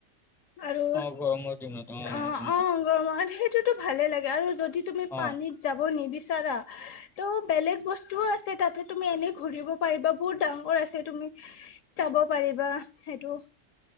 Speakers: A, on the left; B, in the centre.
A: আৰু
B: অ গৰমৰ দিনত
A: অ
B: গম
A: -অ
B: পাইছো
A: গৰমত সেইটোতো ভালে লাগে আৰু যদি যদি তুমি পানীত
B: অ
A: যাব নিবি চাৰা ত' বেলেগ বস্তুও আছে তাতে তুমি এনে ঘূৰিব পাৰিবা বহুত ডাঙৰ আছে তুমি যাব পাৰিবা সেইটো